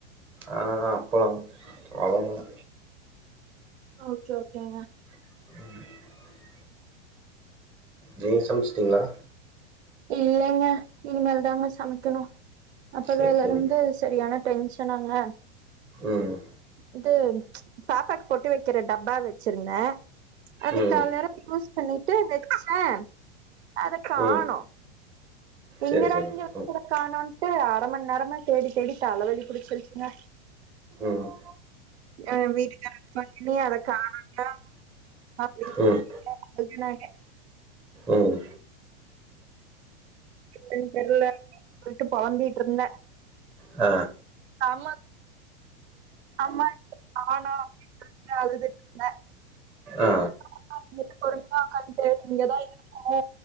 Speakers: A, in the centre; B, on the right.
A: ஆ அப்பளம் அவ்லோதா
B: ஆ ஓகே ஓகேங்க
A: <inaudible> நீங்க சமச்சிட்டீங்ளா
B: இல்லங்க இனிமேல்தாங்க சமைக்கணு அப்பவேல
A: சரி சரி
B: இருந்து சரியான டென்ஷ ஷனாங்க
A: ம்
B: இது பாப்பாக்கு பொட்டு வெக்கிற டப்பா வச்சிருந்தே அது
A: ம்
B: காலர யூஸ் பண்ணிட்டு வச்சே அத காணு
A: ம்
B: எங்கடா
A: சரி சரி
B: இங்க வச்சத
A: ம்
B: காணோன்ட்டு அர மண் நேரமா தேடி தேடி தலவலி புடிச்சிருச்சுங்க
A: ம்
B: ஏ வீட்டுகாரர்க்கு ஃபோன் பண்ணி அத காணுன்டா அப்டினு
A: ம்
B: அதுனால
A: ம்
B: எனக் தெர்ல விட்டு பொலம்பிட்ருந்த
A: அ
B: ஆமா அம்மா ஆனா அப்டின் சொல்லிட்டு அழுதுட்ருந்தே
A: ஆ
B: <inaudible> பொறுமையா ஒக்காந் தேடு இங்கதா இருக்கு